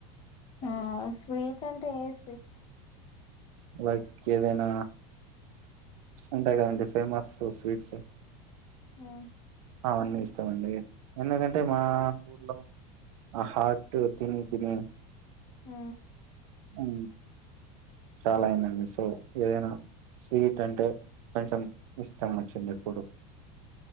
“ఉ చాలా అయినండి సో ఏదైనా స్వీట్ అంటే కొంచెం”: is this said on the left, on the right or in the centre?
Right